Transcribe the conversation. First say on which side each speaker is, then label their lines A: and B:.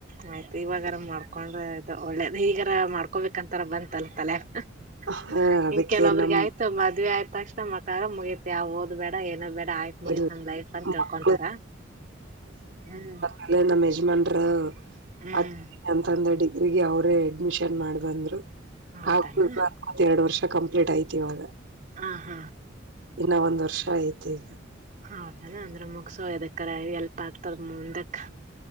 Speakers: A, on the right; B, on the right.
A: <inaudible> ಆಯ್ತು ಇವಾಗಾರ ಮಾಡ್ಕೊಂಡ್ರೆ ಇದು ಒಳ್ಳೇದ ಈಗರ ಮಾಡ್ಕೋಬೇಕಂತಾರ ಬಂತಲ್ಲ ತಲ್ಯಾಗ? <inaudible>
B: ಹ ಅದಕ್ಕೆ
A: ಇನ್ ಕೆಲವರಿಗೆ
B: ನಮ್
A: ಆಯ್ <inaudible> ತ್ತು ಮದ್ವಿ ಆದಾ ತಕ್ಷಣ ಮಕ್ಕಳ ಆದರ ಮುಗೈಯತ್ತೆ ಅ ಓದ್ ಬೇಡ ಏನೂ ಬೇಡ ಆಯ್ <inaudible> ಮುಗಿತ್ತ
B: ಇಲ್
A: ನಮ್ಮ ಲೈಫ್ ಅಂತ ತಿಳ್ಕೊಂತಾರ
B: ಮಕ್ಕಳು
A: ಹೂ <inaudible>
B: ಅಲ್ಲೇ ನಮ್ಮ ಯಜಮಾನ್ರ
A: ಹ್ಮ್
B: ಆತ್ ಅಂತಂದ ಡಿಗ್ರಿಗೆ ಅವ್ರೇ ಅಡ್ಮಿಷನ್ ಮಾಡ ಬಂದ್ರು
A: ಹೌದಾನ
B: <unintelligible> ಎರಡು ವರ್ಷ ಕಂಪ್ಲೀಟ್ ಆಯ್ತಿ ಇವಾಗ
A: ಆ ಹಾ.
B: ಇನ್ನಾ ಒಂದ್ ವರ್ಷ ಐತೆ ಈಗ
A: ಹೌದನ ಅಂದ್ರೆ ಮುಗಸೋ ಎದಕರ ಹೆಲ್ಪ ಆಗ್ತದ ಮುಂದಕ್